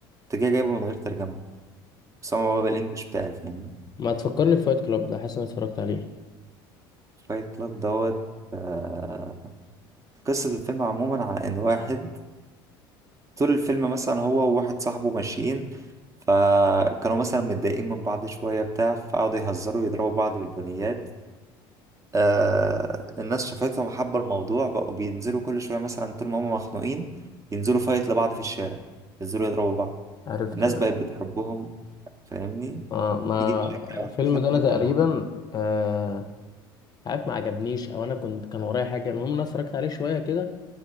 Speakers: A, on the right; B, on the left.
A: كنت جاي جايبه من غير ترجمه بس هو بقى بالانجلش بتاعي فاهمني
B: ما تفكرني بفايت كلاب ده حاسس اني اتفرجت عليه
A: فايت كلاب دوت آه، قصه الفيلم عموما على ان واحد طول الفيلم مثلا هو وواحد صاحبه ماشيين فكانوا مثلا متضايقين من بعض شوية بتاع فقعدوا يهزروا ويضربوا بعض بالبنيات آه الناس شافتهم حبوا الموضوع بقوا بينزلوا كل شوية مثلا طول ما هم مخنوقين ينزلوا فايت لبعض في الشارع ينزلوا يضربوا بعض
B: عرفته
A: الناس
B: عرفته
A: بقت بتحبهم فاهمني
B: اه ما
A: تيجي تشجع وهكذا
B: الفيلم ده
A: لحد
B: انا تقريبا
A: ما
B: آه عارف ما عجبنيش او انا كنت كان ورايا حاجه المهم انا اتفرجت عليه شويه كده